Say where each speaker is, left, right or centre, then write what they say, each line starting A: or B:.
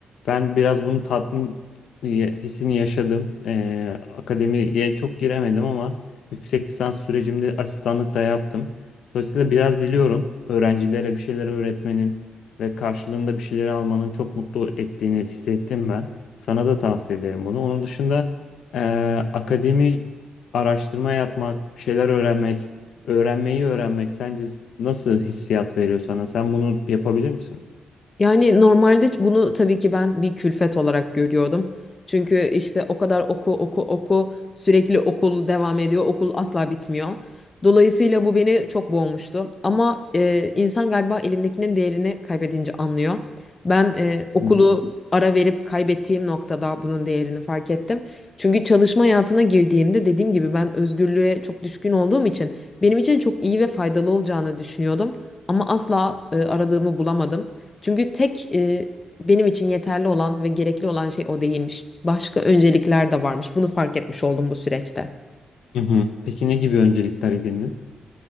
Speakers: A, on the left; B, on the left.
A: Ben biraz bunu tatmin e, hissini yaşadım. Ee, akademiye çok giremedim ama yüksek lisans sürecimde asistanlık da yaptım. Dolayısıyla biraz biliyorum öğrencilere bir şeyler öğretmenin ve karşılığında bir şeyleri almanın çok mutlu ettiğini hissettim ben. Sana da tavsiye ederim bunu. Onun dışında eee, akademi araştırma yapmak, bir şeyler öğrenmek, öğrenmeyi öğrenmek sence nasıl hissiyat veriyor sana? Sen bunu yapabilir misin?
B: Yani normalde bunu tabii ki ben bir külfet olarak görüyordum. Çünkü işte o kadar oku oku oku sürekli okul devam ediyor. Okul asla bitmiyor. Dolayısıyla bu beni çok boğmuştu. Ama e, insan galiba elindekinin değerini kaybedince anlıyor. Ben e, okulu
A: Hı hı.
B: ara verip kaybettiğim noktada bunun değerini fark ettim. Çünkü çalışma hayatına girdiğimde dediğim gibi ben özgürlüğe çok düşkün olduğum için benim için çok iyi ve faydalı olacağını düşünüyordum. Ama asla e, aradığımı bulamadım. Çünkü tek e, benim için yeterli olan ve gerekli olan şey o değilmiş. Başka öncelikler de varmış. Bunu fark etmiş oldum bu süreçte.
A: Hı hı. Peki ne gibi öncelikler edindin?